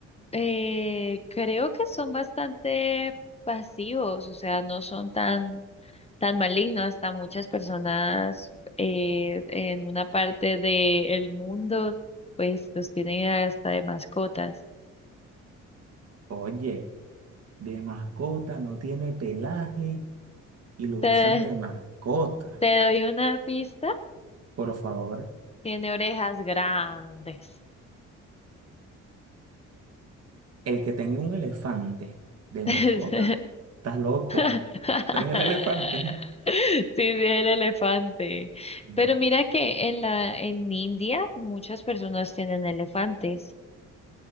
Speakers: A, on the left (about 20°); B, on the right (about 55°).
A: eh, creo que son bastante pasivos, o sea, no son tan, tan malignos. Hasta muchas personas eh, en una parte del mundo, pues, los tienen hasta de mascotas.
B: Oye, de mascota no tiene pelaje y lo
A: Te,
B: usan de mascota.
A: te doy una pista,
B: Por favor,
A: tiene orejas grandes.
B: el que tenga un elefante de
A: <laughs>
B: mascota, está loco.
A: <laughs>
B: Pero es el elefante.
A: Sí, sí, el elefante.
B: No.
A: Pero mira que en la, en India muchas personas tienen elefantes.